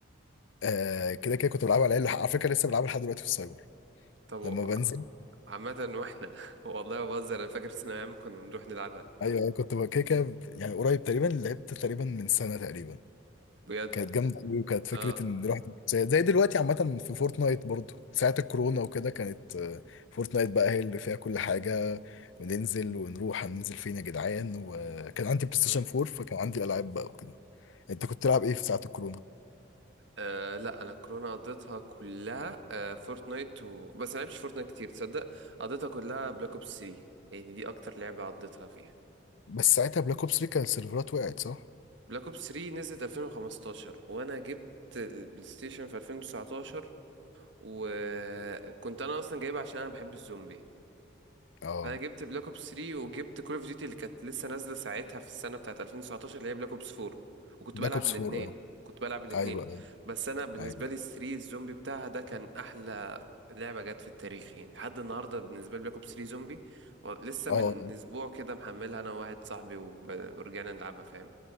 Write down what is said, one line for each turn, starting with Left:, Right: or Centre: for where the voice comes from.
Left: آه كده كده كنت بلعبها على العيال على فكرة لسه بلعبها لحد دلوقتي في السايبر
Right: طب و-
Left: لما بنزل
Right: عامة واحنا <laughs> والله ما بهزر انا فاكر في ثانوية عامة كنا بنروح نلعبها
Left: ايوه ايوه كنت بقى كده كده يعني قريب تقريبا لعبت تقريبا من سنة تقريبا
Right: بجد
Left: كانت جامده قوي وكانت فكره
Right: اه
Left: ان رحت زي زي دلوقتي عامه في فورتنايت برضو ساعه الكورونا وكده كانت آه، فورتنايت بقى هي اللي فيها كل حاجه وننزل ونروح هننزل فين يا جدعان وكان عندي بلاي ستيشن
Right: مم.
Left: 4 فكان عندي العاب بقى وكده انت كنت تلعب ايه في ساعه الكورونا
Right: آه لا انا كورونا قضيتها كلها آه فورتنايت و... بس ما لعبتش فورتنايت كتير تصدق قضيتها كلها بلاك اوبس 3 يعني دي اكتر لعبة قضيتها فيها
Left: بس ساعتها بلاك اوبس 3 كان السيرفرات وقعت صح
Right: بلاك اوبس 3 نزلت 2015 وانا جبت البلاي ستيشن في 2019 وكنت انا اصلا جايبها عشان انا بحب الزومبي
Left: اه
Right: فانا جبت بلاك اوبس 3 وجبت كول اوف ديوتي اللي كانت لسه نازله ساعتها في السنه بتاعت 2019 اللي هي بلاك اوبس 4 وكنت
Left: بلاك
Right: بلعب
Left: اوبس
Right: الاثنين
Left: 4 اه
Right: كنت بلعب الاثنين
Left: ايوه ايوه
Right: بس انا بالنسبه
Left: ايوه
Right: لي 3 الزومبي بتاعها ده كان احلى لعبه جت في التاريخ يعني لحد النهارده بالنسبه لي بلاك اوبس 3 زومبي لسه
Left: اه
Right: من اسبوع كده محملها انا وواحد صاحبي وب- ورجعنا نلعبها فاهم